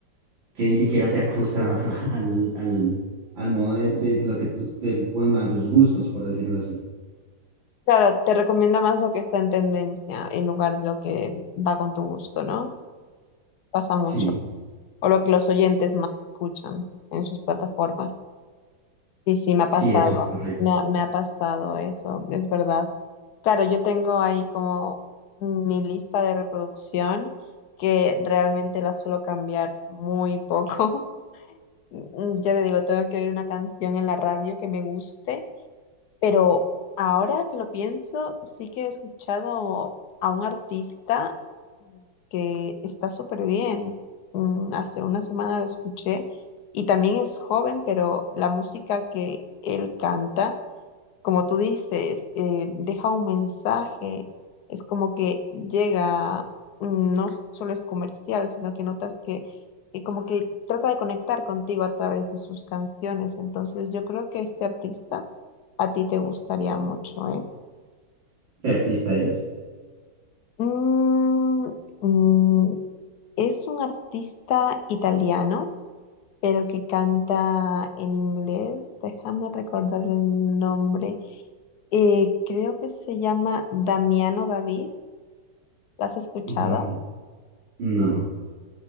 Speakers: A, on the right; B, on the left.
A: que ni siquiera se ajustan a tu- <laughs> al, al, al modo de, de lo que tú, del- bueno, a tus gustos, por decirlo así.
B: Claro, te recomienda más lo que está en tendencia en lugar de lo que va con tu gusto, ¿no? Pasa mucho.
A: Sí,
B: O lo que los oyentes más escuchan en sus plataformas. Sí, sí, me ha
A: sí,
B: pasado.
A: eso es correcto.
B: Me ha, me ha pasado eso, es verdad. Claro, yo tengo ahí como mi lista de reproducción que realmente la suelo cambiar muy poco. <laughs> Ya te digo, tengo que oír una canción en la radio que me guste Pero ahora que lo pienso, sí que he escuchado a un artista mm, que está súper bien. Mm, Hace una semana lo escuché y también es joven, pero la música que él canta como tú dices, eh, deja un mensaje, es como que llega, mm, no solo es comercial, sino que notas que eh, como que trata de conectar contigo a través de sus canciones. Entonces yo creo que este artista a ti te gustaría mucho, ¿eh?
A: ¿Qué artista es?
B: Mm, mm, es un artista italiano, pero que canta en inglés. Déjame recordar el nombre. Eh, creo que se llama Damiano David. ¿Lo has escuchado?
A: También. No,